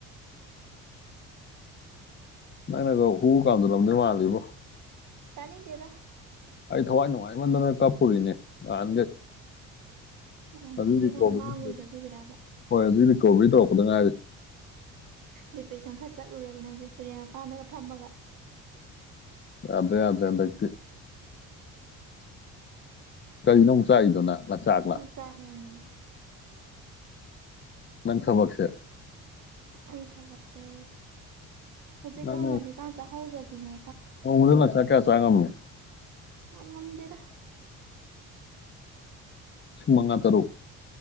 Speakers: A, on the left; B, on the right.
A: ꯅꯪꯅꯒꯣ ꯍꯨ ꯀꯥꯝꯖꯜꯂꯝꯗꯣꯏ ꯃꯥꯜꯂꯤꯕꯣ
B: ꯇꯥꯅꯤꯡ ꯗꯦꯗ
A: ꯑꯩ ꯊꯋꯥꯏ ꯅꯨꯡꯉꯥꯏꯃꯟꯗꯗꯅ ꯀꯞꯄꯨꯔꯤꯅꯦ ꯅꯍꯥꯟꯒꯩ
B: ꯑꯣ ꯅꯍꯥꯟꯒꯩ
A: ꯍꯧꯖꯤꯛ ꯔꯤꯀꯣꯕꯔꯤ
B: ꯅꯪ ꯃꯥꯡꯉꯣꯏꯗꯣ ꯑꯗꯨꯒꯤꯔꯥꯕ
A: ꯍꯣꯏ ꯍꯧꯖꯤꯛ ꯔꯤꯀꯣꯕ꯭ꯔꯤ ꯇꯧꯔꯛꯄꯗ ꯉꯥꯏꯔꯤ
B: ꯗꯤꯄ꯭ꯔꯦꯁꯟ ꯈꯔ ꯆꯠꯂꯨꯔꯦꯕ ꯅꯪꯖꯦ ꯇꯨꯔꯦꯟ ꯃꯄꯥꯟꯗꯒ ꯐꯝꯃꯒ
A: ꯌꯥꯗ꯭ꯔꯦ ꯌꯥꯗ꯭ꯔꯦ ꯍꯟꯗꯛꯇꯤ ꯀꯔꯤꯅꯣ ꯑꯃꯨꯛ ꯆꯥꯛ ꯏꯗꯨꯅ ꯂꯪꯆꯥꯛꯂꯥ
B: ꯂꯪꯆꯥꯛ ꯅꯦꯃꯤ
A: ꯅꯪ ꯊꯕꯛꯁꯦ
B: ꯑꯩ ꯊꯕꯛꯁꯦ ꯍꯧꯖꯤꯛ
A: ꯅꯪ
B: ꯈꯔ
A: ꯅꯣꯡ
B: ꯉꯜꯂꯤꯀꯥꯟ ꯆꯥꯛꯍꯧꯗ꯭ꯔꯗꯤꯅꯦ
A: ꯅꯣꯡꯃꯗ ꯂꯪꯆꯥꯛ ꯀꯌꯥ ꯆꯥꯛ ꯉꯝꯒꯦ
B: ꯌꯥꯝ ꯉꯝꯗꯦꯗ
A: ꯂꯤꯁꯤꯡ ꯃꯉꯥ ꯇꯔꯨꯛ